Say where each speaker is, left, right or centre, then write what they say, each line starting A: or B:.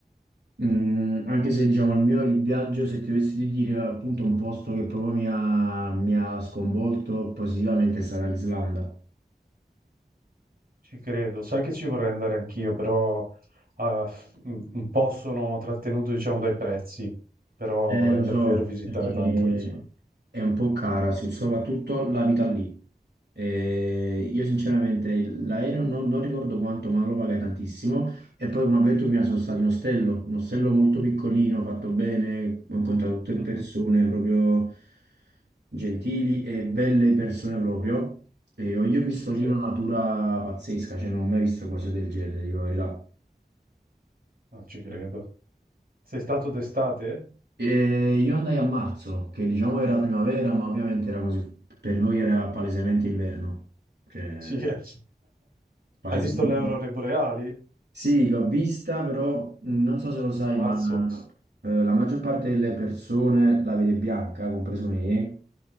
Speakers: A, on the right; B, on the right.
A: Mm, anche se diciamo il mio il viaggio, se ti dovessi di dire appunto un posto che proprio mi ha, mi ha sconvolto positivamente sarà l'Islanda.
B: Ci credo. Sai che ci vorrei andare anch'io, però ah, f- un un po' sono trattenuto, diciamo, dai prezzi, però
A: Eh,
B: vorrei
A: lo
B: davvero
A: so,
B: visitare
A: perché
B: tanto l'Islanda.
A: è un po' cara, so- soprattutto la vita lì. Eh, io
B: Sì.
A: sinceramente il- l'aereo no- non ricordo quanto, ma lo pagai tantissimo. E poi, come ho detto prima, sono stato in ostello, un ostello molto piccolino, fatto bene, ho incontrato tutte
B: Mhm,
A: persone proprio gentili e belle persone proprio. E ho- io ho visto
B: Sì.
A: lì una natura pazzesca, cioè non ho mai visto cose del genere, dico la verità.
B: Ah, ci credo. Sei stato d'estate?
A: E io andai a marzo, che diciamo era primavera, ma ovviamente era così, per noi era palesemente inverno. Cioè,
B: Sì, <laughs> eh.
A: palesemente...
B: Hai visto le aurore boreali?
A: Sì, l'ho vista, però mh, non so se lo sai,
B: Che marzo?
A: ma eh, la maggior parte delle persone la vede bianca, compreso me.